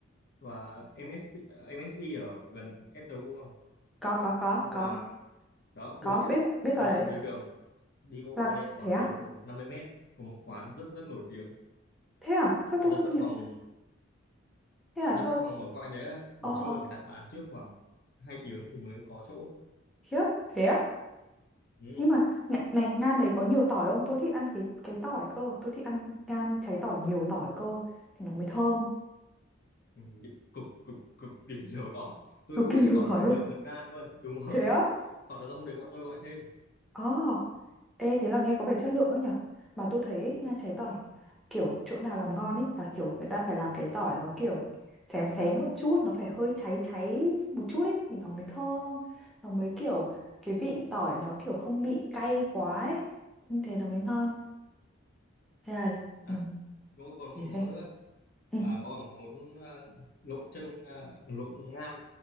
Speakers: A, on the left; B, in the centre.
A: tòa MSB ờ, MSB ở gần FTU không
B: có có có
A: cái
B: có
A: tòa đó
B: có
A: đối diện
B: biết biết
A: đi
B: tòa đấy
A: sang phía đường đi bộ
B: là
A: lên khoảng
B: thế à
A: độ 50 mét có một quán rất rất nổi tiếng
B: thế à sao
A: dân
B: tôi không
A: văn
B: nhận
A: phòng
B: thế à
A: dân
B: sao
A: văn phòng ở quanh đấy á, buổi
B: ờ
A: trưa
B: ờ
A: phải đặt bàn trước khoảng 2 tiếng thì mới có chỗ
B: khiếp thế á
A: ừ.
B: nhưng mà này, này ngan đấy có nhiều tỏi không tôi thích ăn cái cái tỏi cơ tôi thích ăn ngan cháy tỏi nhiều tỏi cơ thì nó mới thơm
A: ừ, cực cực cực kỳ <laughs> nhiều tỏi tôi
B: cực
A: nghĩ
B: kỳ
A: là
B: nhiều
A: tỏi
B: tỏi
A: là
B: luôn
A: nhiều hơn gan luôn đúng
B: thế
A: rồi
B: á
A: hoặc là do hôm đấy bọn tôi gọi thêm
B: ờ ê thế là nghe có vẻ chất lượng ấy nhở mà tôi thấy ấy, ngan cháy tỏi kiểu chỗ nào làm ngon ấy là kiểu người ta phải làm cái tỏi nó kiểu xém xém một chút nó phải hơi cháy cháy một chút ấy thì nó mới thơm nó mới kiểu cái vị tỏi nó kiểu không bị cay quá ấy như thế nó mới ngon Thế là
A: à
B: ừ,
A: đúng rồi, còn
B: để
A: một món
B: xem.
A: nữa
B: Ừ.
A: à, có cả món à, lộn chân à, lộn ngan